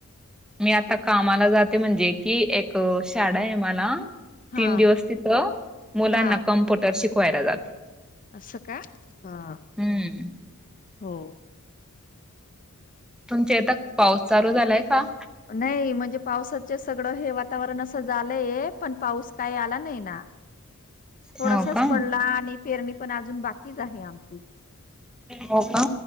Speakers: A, in the centre; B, on the left.
A: मी आता कामाला जाते म्हणजे कि एक शाळा आहे मला
B: हां.
A: तीन दिवस तिथं मुलांना
B: हा
A: कम्प्युटर शिकवायला जाते
B: असं का ह
A: हम्म
B: हो
A: तुमचा आता पाऊस चालू झालाय का
B: नाही म्हणजे पावसाच सगळं हे वातावरण असं झालंय पण पाऊस काही आला नाही ना थोडसाच
A: हो का
B: पडला आणि पेरणी पण अजून बाकीच आहे आमची
A: हो का